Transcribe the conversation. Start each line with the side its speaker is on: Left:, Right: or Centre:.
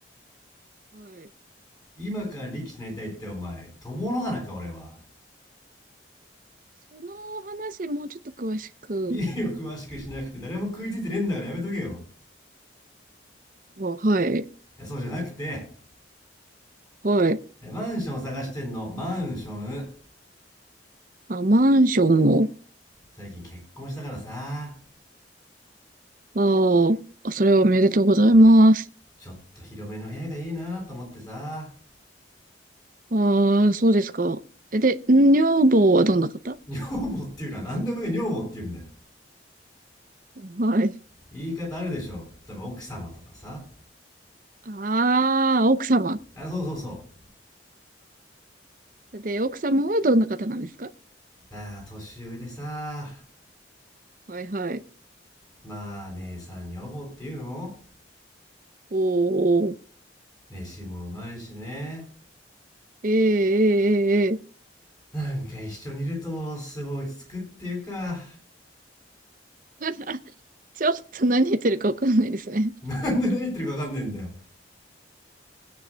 Right: はい
Left: 今から力士になりたいってお前、友の花か俺は。
Right: その話、もうちょっと詳しく。
Left: いいよ、詳しくしなくて誰も食いついてねえんだからやめとけよ。
Right: はい。
Left: そうじゃなくて、
Right: はい。
Left: マンションを探してんの、マンション。
Right: あ、マンションを。
Left: 最近結婚したからさ、
Right: ああ、それはおめでとうございます。
Left: ちょっと広めの部屋がいいなと思ってさ。
Right: ああ、そうですか。え、で、女房はどんな方
Left: 女房っていうのは何でもいい女房って言うんだよ。
Right: はい。
Left: 言い方あるでしょ。例えば奥様とかさ。
Right: ああ、奥様。
Left: あ、そうそうそ
Right: で、奥様はどんな方なんですか
Left: う。ああ、年上でさ、
Right: はいはい。
Left: まあ姉さん女房っていうの
Right: おー、
Left: 飯もうまいしね。
Right: ええええええ
Left: なんか一緒にいるとすごい落ち着くっていうか、
Right: <laughs> ちょっと何言ってるかわかんないですね。
Left: <laughs> なんで何言ってるかわかんねえんだよ。